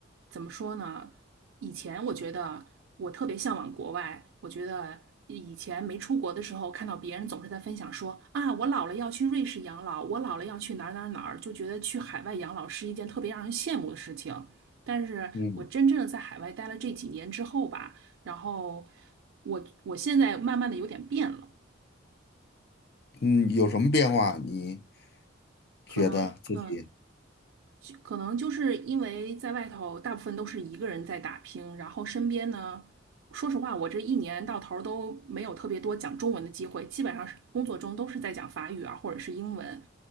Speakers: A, on the right (about 80°); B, on the left (about 55°).
A: 怎么说呢？以前我觉得我特别向往国外，我觉得以前没出国的时候，看到别人总是在分享说啊，我老了要去瑞士养老，我老了要去哪儿哪儿哪儿，就觉得去海外养老是一件特别让人羡慕的事情。但是我真正的在海外待了这几年之后吧，
B: 嗯
A: 然后我我现在慢慢的有点变了，
B: 嗯，有什么变化？你
A: 可能。
B: 觉得自己
A: 嗯。可能就是因为在外头大部分都是一个人在打拼，然后身边呢，说实话，我这一年到头儿都没有特别多讲中文的机会，基本上是工作中都是在讲法语啊，或者是英文，